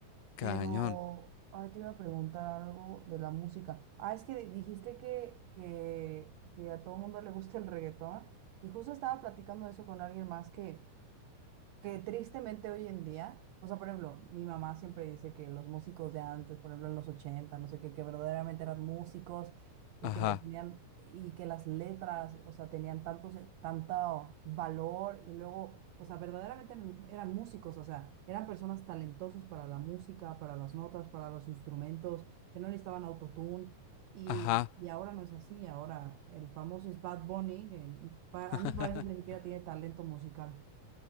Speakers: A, on the right; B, on the left.
A: pero
B: Cañón.
A: ay, te iba a preguntar algo de la música. Ah, es que dijiste que, que, que a todo mundo le gusta el reggaetón y justo estaba platicando de eso con alguien más que que tristemente hoy en día, o sea, por ejemplo, mi mamá siempre dice que los músicos de antes, por ejemplo, en los 80, no sé qué, que verdaderamente eran músicos y
B: Ajá,
A: que le ponían, y que las letras, o sea, tenían tanto, tanto valor y luego, o sea, verdaderamente eran, eran músicos, o sea, eran personas talentosos para la música, para las notas, para los instrumentos, que no necesitaban autotune. Y,
B: ajá.
A: y ahora no es así, ahora el famoso es Bad Bunny, que pa- a
B: <laughs>
A: mí parece que ni siquiera tiene talento musical.